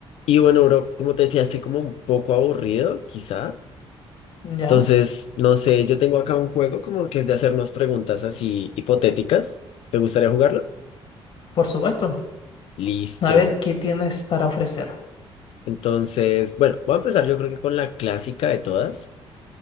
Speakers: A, on the left (about 75°); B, on the left (about 55°).
A: Y bueno, bro, como te decía, estoy como un poco aburrido, quizá.
B: Ya,
A: Entonces, no sé, yo tengo acá un juego como que es de hacernos preguntas así hipotéticas. ¿Te gustaría jugarlo?
B: por supuesto.
A: Listo.
B: A ver qué tienes para ofrecer.
A: Entonces, bueno, voy a empezar yo creo que con la clásica de todas.